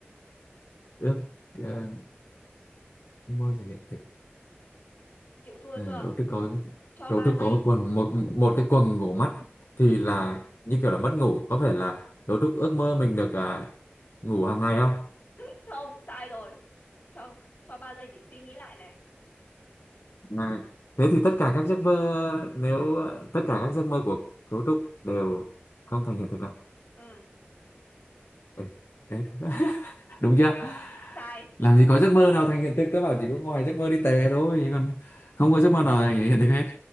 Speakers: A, on the left; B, on the left.
A: ước ờ, môi thể hiện thực
B: chịu thua
A: à,
B: chưa
A: cấu trúc có
B: cho
A: cấu
B: ba
A: trúc
B: giây
A: có quần một một cái quần ngủ mắt thì là như kiểu là mất ngủ có phải là cấu trúc ước mơ mình được à, ngủ hàng ngày không
B: <laughs> không sai rồi cho cho ba giây để suy nghĩ lại này
A: à, thế thì tất cả các giấc mơ nếu tất cả các giấc mơ của cấu trúc đều không thành hiện thực nào
B: ừ
A: Ê, ê. <laughs> đúng chưa
B: sai <laughs>
A: làm gì có giấc mơ nào thành hiện thực tớ bảo chỉ có ngoài giấc mơ đi tè thôi chứ còn không có giấc mơ nào thành hiện thực hết